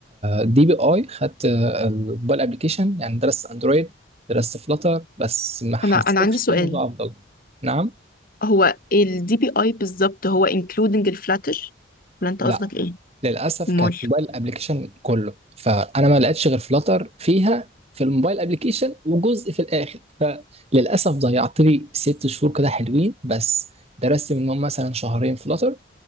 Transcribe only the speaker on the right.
دي بي اي خدت الموبايل ابلكيشن يعني درست اندرويد درست فلاتر بس ما حسيتش
في الموضوع افضل نعم
لا
للاسف
كانت موبايل ابلكيشن كله فانا ما لقيتش غير فلاتر فيها في الموبايل ابلكيشن وجزء في الاخر فللاسف ضيعت لي ست شهور كده حلوين بس درست منهم مثلا شهرين فلاتر